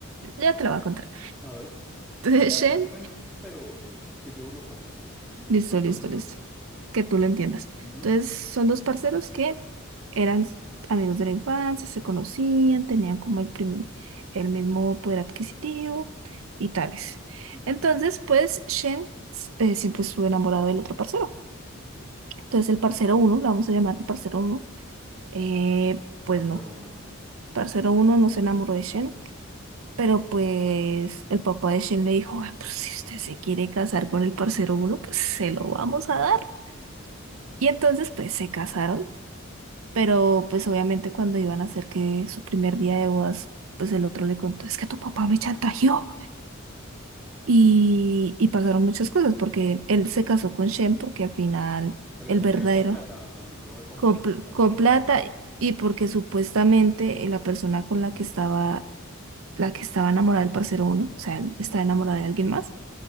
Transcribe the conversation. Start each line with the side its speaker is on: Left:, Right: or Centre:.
Right: Ya te lo voy a contar.
Centre: A ver,
Right: Entonces,
Centre: a ver,
Right: <laughs> Shen,
Centre: a ver, cuéntame, pero que yo lo coja, sí, que un
Right: listo,
Centre: tonto
Right: listo,
Centre: como yo
Right: listo.
Centre: lo coja.
Right: Que tú lo entiendas.
Centre: Ujú,
Right: Entonces, son dos parceros que eran amigos de la infancia, se conocían, tenían como el, prim- el mismo poder adquisitivo y tales.
Centre: ujú,
Right: Entonces, pues, Shen eh, siempre estuvo enamorado del otro parcero. Entonces, el parcero uno, lo vamos a llamar el parcero uno, eh, pues
Centre: Parcero
Right: no.
Centre: uno, ok.
Right: Parcero uno no se enamoró de Shen Pero pues el papá de Shen le dijo, "Ay, pues si usted se quiere casar con el parcero uno, pues se lo vamos a dar. Y entonces pues se casaron, pero pues obviamente cuando iban a hacer que su primer día de bodas, pues el otro le contó, es que tu papá me chantajeó. Y, y pasaron muchas cosas porque él se casó con Shen porque al final
Centre: Pero lo
Right: el
Centre: chantajeó
Right: verdadero
Centre: con plata, o sea, ¿fue con
Right: con,
Centre: plata
Right: pl-
Centre: o
Right: con
Centre: o
Right: plata
Centre: algo más.
Right: y porque supuestamente eh, la persona con la que estaba, la que estaba enamorada del parcero uno, o sea, está enamorada
Centre: Sí,
Right: de alguien más